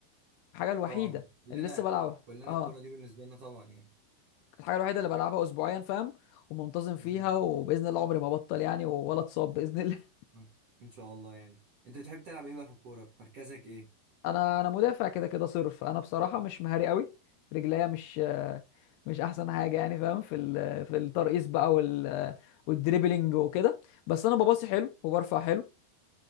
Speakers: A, on the left; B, on the right.
A: الحاجة الوحيدة
B: طبعا كلنا
A: اللي لسه بلعبها
B: كلنا
A: اه
B: الكرة دي بالنسبة لنا طبعا
A: الحاجة الوحيدة اللي بلعبها اسبوعيا فاهم ومنتظم فيها
B: يعني
A: وباذن الله عمري ما ابطل يعني ولا اتصاب باذن الله <laughs>
B: مم. ان شاء الله يعني انت بتحب تلعب ايه بقى في الكوره مركزك ايه
A: انا انا مدافع كده كده صرف انا بصراحة مش مهاري قوي رجليا مش آه، مش احسن حاجة يعني فاهم في ال- في الترقيص بقى وال والدريبلينج وكده بس انا بباصي حلو وبرفع حلو